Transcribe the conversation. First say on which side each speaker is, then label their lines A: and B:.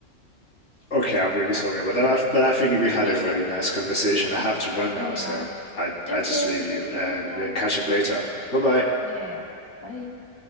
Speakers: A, on the left (about 65°); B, on the left (about 20°).
A: okay, I'm really sorry about that, but I think we
B: <laughs>
A: had a very nice conversation. I have to run now,
B: Yeah.
A: so I
B: Okay,
A: I just leave
B: talk
A: you
B: to
A: and
B: you later.
A: we'll catch up later. Bye bye.
B: Yeah, yeah, yeah. Bye.